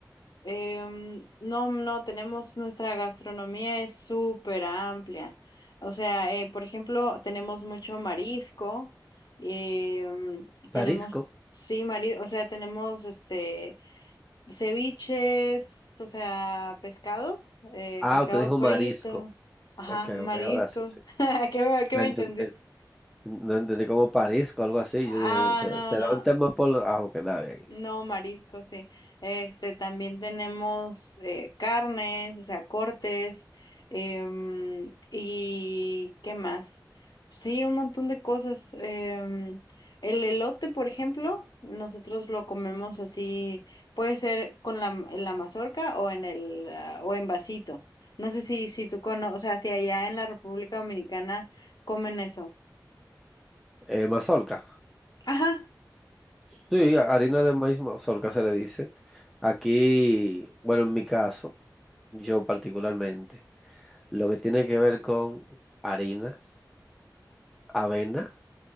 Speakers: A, on the left (about 70°); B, in the centre.
A: Em, no, no, tenemos nuestra gastronomía es súper amplia. O sea, eh, por ejemplo, tenemos mucho marisco, em,
B: Parisco.
A: tenemos, sí, marisco, o sea, tenemos este ceviches, o sea, pescado, eh,
B: Ah,
A: pescado
B: usted dijo
A: frito,
B: marisco.
A: ajá,
B: Ok,
A: marisco.
B: ok, ahora sí, sí.
A: <laughs> ¿Qué, me- qué
B: No
A: me
B: enten-
A: entendiste?
B: eh, no entendí, como parisco, algo así.
A: Ah,
B: Yo dije, "Se-
A: no,
B: será
A: no.
B: un tema por... lo-". Ah, ok, está bien.
A: No, mariscos sí. Este, también tenemos eh, carnes, o sea, cortes, em, y ¿qué más? Sí, un montón de cosas. em, el elote, por ejemplo, nosotros lo comemos así, puede ser con la, en la mazorca o en el, ah, o en vasito. No sé si, si tú conoces, o sea, si allá en la República Dominicana comen eso.
B: Eh, mazorca.
A: Ajá.
B: Sí, harina de maíz mazorca se le dice. Aquí, bueno, en mi caso, yo particularmente, lo que tiene que ver con harina, avena,